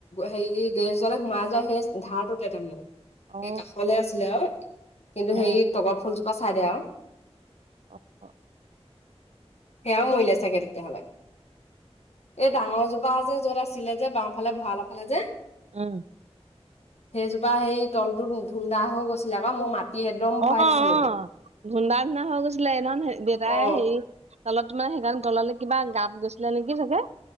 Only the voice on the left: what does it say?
হেৰি গেৰেজলে সোমাই যোৱা সেই ধাৰটোতে তাৰমানে।
এই কাষলে আছিলে আৰু কিন্তু
সেই তগৰ ফুলজোপা চাই দে আৰু।
সেয়াও মৰিলে চাগে তেতিয়া হ'লে। এই ডাঙৰ জোপা যে য'ত আছিলে যে বাওঁফালে ভঁৰালৰ ফালে যে।
সেইজোপা সেই তলটোত ধুন্দা হৈ গৈছিলে আকৌ মই মাত মাটি এদম
ভৰাই
দিছিলো।
অ